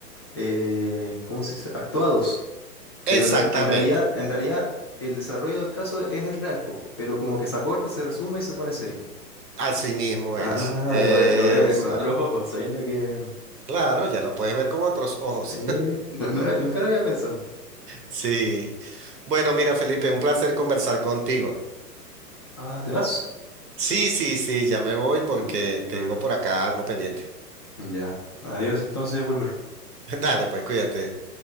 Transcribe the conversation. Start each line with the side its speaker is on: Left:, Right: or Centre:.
Left: eh, ¿cómo se dice? Actuados.
Right: Exactamente,
Left: Pero en, real- en realidad, en realidad, el desarrollo del caso es, es real, po, pero como que se acorta, se resume y se pone seria.
Right: así mismo
Left: Ah,
Right: es. Exacto.
Left: ahora lo voy, a lo voy a mirar con otros ojos, sabiendo que...
Right: Claro, ya lo puedes ver con otros ojos.
Left: eh, no- no lo- nunca lo había pensado.
Right: Sí. Bueno, mira, Felipe, un placer conversar contigo.
Left: Ah, ¿te vas?
Right: Sí, sí, sí, ya me voy porque
Left: Mm,
Right: tengo por acá algo pendiente.
Left: ya. Adiós entonces, Wilmer.
Right: <laughs> Dale, pues cuídate.